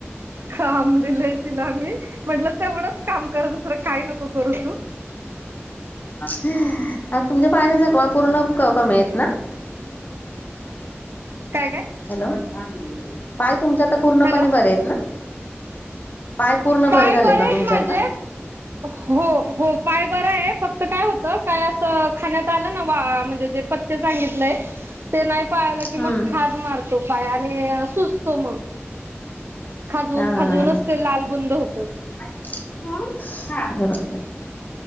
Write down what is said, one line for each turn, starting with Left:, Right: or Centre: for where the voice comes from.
Right: काम दिलय तिला मी म्हटलं, तेवढंच काम कर दुसर काही नको करू तू.
Left: तुमच्या पायाच्या जखमा पूर्ण कमीयेत ना.
Right: काय काय?
Left: हॅलो, पाय तुमच्या आता पूर्णपणे
Right: हॅलो
Left: बरे आहेत ना. पाय पूर्ण
Right: पाय
Left: झालेत
Right: बरे
Left: ना
Right: आहेत
Left: तुमचे
Right: माझे.
Left: आता
Right: हो हो, पाय बरा हाय फक्त तर काय होतं काय असं खाण्यात आलं ना वा म्हणजे जे पत्ते सांगितलंय ते नाही पाळलं की मग
Left: हम्म
Right: खाज मारतो पाय आणि सुजतो मग. खाजून-खाजूनच
Left: हा हा हा
Right: ते लाल बुंद होतं.
Left: <unintelligible> अरे बापरे!